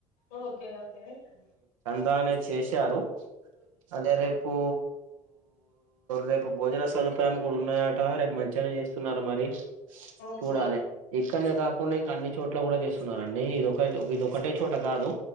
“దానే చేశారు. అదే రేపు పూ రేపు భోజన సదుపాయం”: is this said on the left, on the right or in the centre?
Right